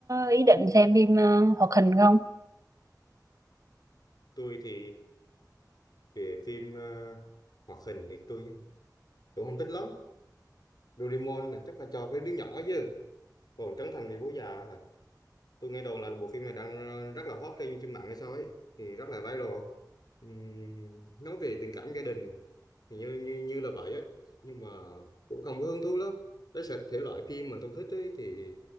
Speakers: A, on the right; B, on the left.
A: ý định xem phim ờ, hoạt hình không
B: Tôi thì về phim ờ, hoạt hình thì tôi cũng không thích lắm Doraemon là chắc là cho với đứa nhỏ chứ còn Trấn Thành thì bố già à. tôi nghe đồn là bộ phim này đang ờ, rất là hot trên trên mạng hay sao ấy thì rất là viral Ừm, nói về tình cảm gia đình thì như như như là vậy ấy nhưng mà cũng không có hứng thú lắm cái sở- thể loại phim mà tôi thích ấy thì